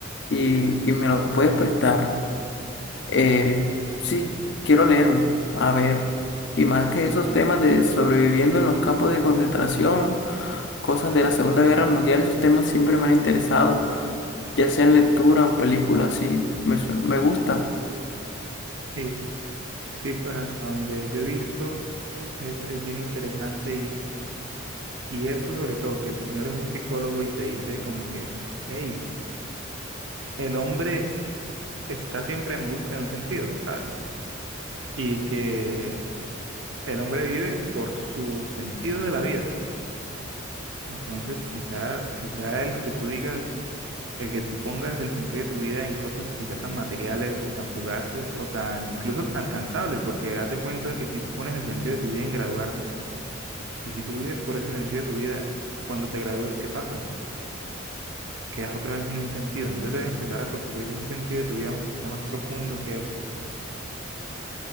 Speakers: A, on the left; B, on the right.
A: y, y me lo puedes prestar. Eh, sí, quiero leerlo. A ver. Y más que esos temas de sobreviviendo en los campos de concentración, cosas de la Segunda Guerra Mundial, esos temas siempre me han interesado, ya sea en lectura o en película, sí, me, su- me gusta.
B: Sí, sí, pues hasta donde yo he visto. es, es bien interesante y, y eso sobre todo, que el señor es un psicólogo y te dice como que, hey, el hombre está siempre en busca de un sentido, ¿sabes? Y que el hombre vive por su sentido de la vida. Entonces, quizá, quizá el que tú digas, el que tú pongas el sentido de tu vida en cosas quizá tan materiales o tan fugaces o tan incluso tan alcanzables, porque haz de cuenta de que si tú pones el sentido de tu vida en graduarte y si tú vives por ese sentido de tu vida, cuando te gradúas, ¿qué pasa? quedas otra vez sin un sentido. Entonces debes empezar a construir un sentido de tu vida quizá más profundo que eso.